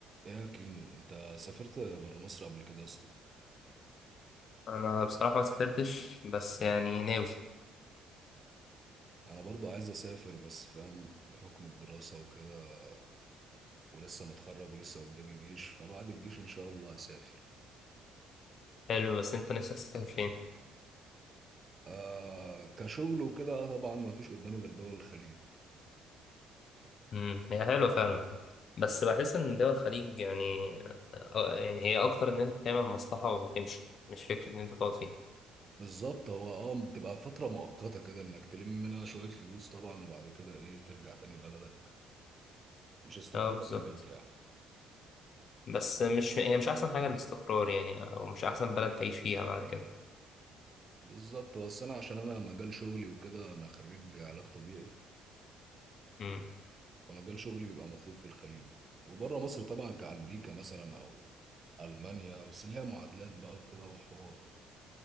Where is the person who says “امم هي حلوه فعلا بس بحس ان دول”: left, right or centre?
Left